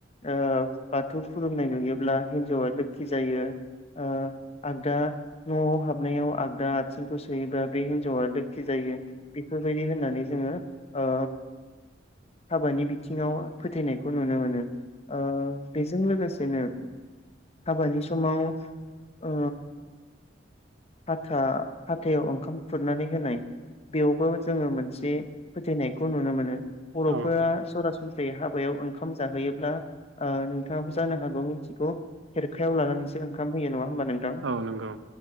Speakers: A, on the left; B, on the right.
A: ओ बाथौ खुलुमनाय नुयोब्ला हिन्जावा लोखि जायो ओ आगदा नआव हाबनायाव आगदा आथिंखौ सोयोब्ला बे हिनजावा लोखि जायो बेफोरबायदि होननानै जोंङो ओ हाबानि बिथिङाव फोथायनाय खौ नुनो मोनो ओ बेजों लोगोसेनो हाबानि समाव ओ हाथा हाथायाव ओंखाम खुरनानै होनाय बेयावबो जोंङो मोनसे फोथायनाइखौ नुनो मोनो। बरफोरा
B: औ
A: सरास नस्रायै हाबायाव ओंखाम जाहोयोब्ला ओ नोंथाङाबो जानो हागौ मिथिगौ खेरखायाव लानानैसो ओंखाम होयो नङा होनबा नोंथां?
B: औ नंगौ